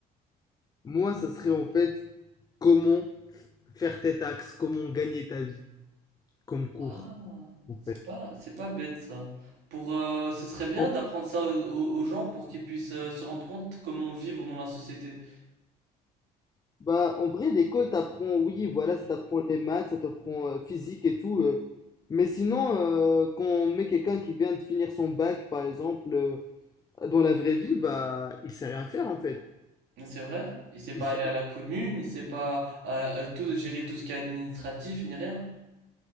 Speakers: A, on the left; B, on the right.
A: Moi, ça serait en fait comment faire tes taxes, comment gagner ta vie comme cours.
B: Ah,
A: en
B: c'est
A: fait.
B: pas, c'est pas bête ça. Pour, euh, ce serait bien
A: En-
B: d'apprendre ça aux, aux- aux gens pour qu'ils puissent euh, se rendre compte comment vivre dans la société.
A: bah, en vrai, l'école t'apprend, oui, voilà, ça t'apprend les maths, ça t'apprend euh, physique et tout. euh, mais sinon, euh, quand on met quelqu'un qui vient de finir son bac, par exemple, euh, dans la vraie vie, bah, Il sait rien faire en fait.
B: Mais C'est vrai? Il sait pas
A: Il sait-
B: aller à la commune, il sait pas euh, euh, tout, gérer tout ce qui est administratif, ni rien.